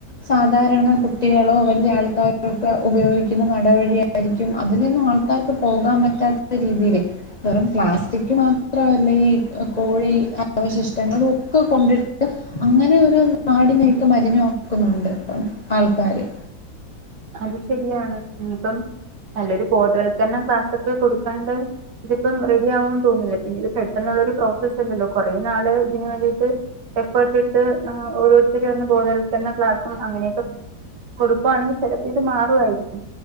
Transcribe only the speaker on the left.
സാധാരണ കുട്ടികളോ വല്യ ആൾക്കാരോക്കെ ഉപയോഗിക്ക ന്ന നടവഴി ആയിരിക്കും അതിലൊന്നും ആൾക്കാർക്ക് പോകാൻ പറ്റാത്ത രീതിയിലേ വെറും പ്ലാസ്റ്റിക് മാത്രല്ല ഈ കോഴി അവശിഷ്ടങ്ങളൊക്കെ കൊണ്ടിട്ട് അങ്ങനെ ഒരു നടിനൊക്കെ മലിനമാക്കുന്നുണ്ട് ഇപ്പം ആൾക്കാാര്